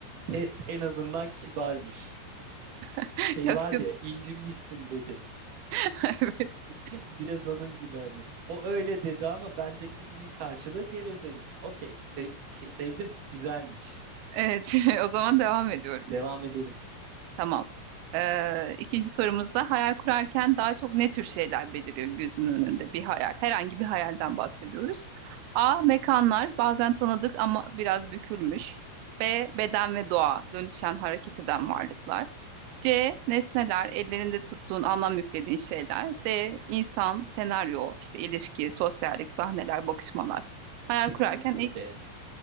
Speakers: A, on the right; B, on the right.
A: test en azından kibarmış.
B: <laughs>
A: Şey
B: Yok.
A: var
B: ya.
A: ya incinmişsin dedi.
B: <laughs> Evet.
A: <laughs> Biraz onun gibi hani. O öyle dedi ama bendekinin karşılığı gevezelik. Okey sev- ki- sevdim güzelmiş.
B: Evet, <laughs> o zaman devam ediyorum.
A: Devam edelim.
B: Tamam. Ee, ikinci sorumuzda hayal kurarken daha çok ne tür şeyler beliriyor gözünün önünde? Bir hayal, herhangi bir hayalden bahsediyoruz. A. Mekanlar, bazen tanıdık ama biraz bükülmüş. B. Beden ve doğa, dönüşen hareket eden varlıklar. C. Nesneler, ellerinde tuttuğun, anlam yüklediğin şeyler. D. İnsan, senaryo, işte ilişki, sosyallik, sahneler, bakışmalar. Hayal
A: Kesinlikle
B: kurarken ilk
A: de